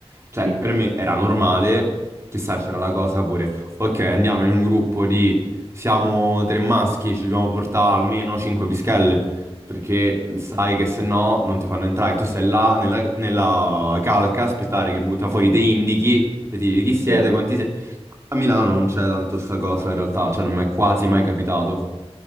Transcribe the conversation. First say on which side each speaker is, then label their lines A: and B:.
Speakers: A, on the right; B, on the right.
A: cioè,
B: Sì,
A: per me era normale, che sai, c'era la cosa pure, ok, andiamo in un gruppo di, siamo tre maschi, ci dobbiamo portare almeno cinque pischelle, perché
B: eh, sì,
A: sai che se no non ti fanno entrare, tu stai là nella, nella calca, aspettare che butta fuori dei indichi, e ti dici chi siete,
B: vero.
A: quanti siete, a Milano non c'è tanto sta cosa in realtà, cioè non mi è quasi mai capitato.